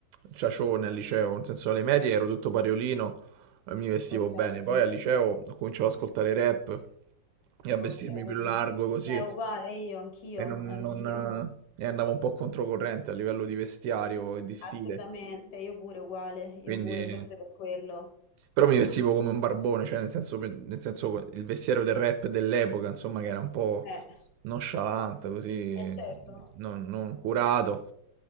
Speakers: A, on the right (about 80°); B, on the left (about 80°).
A: ciacione al liceo, nel senso alle medie ero tutto pariolino, eh, mi vestivo
B: Ok,
A: bene. Poi al liceo ho cominciato ad ascoltare rap e a vestirmi
B: ok.
A: più largo così
B: È uguale io, anch'io,
A: e, non,
B: anch'io.
A: non, eh, e andavo un po' controcorrente a livello di vestiario e di stile.
B: Assolutamente, io pure uguale, io
A: Quindi...
B: pure, forse per quello.
A: Però mi vestivo come un barbone, cioè nel senso, nel senso il vestiario del rap dell'epoca, insomma, che era un po'
B: Eh,
A: nonchalant, così,
B: eh certo.
A: non, non curato.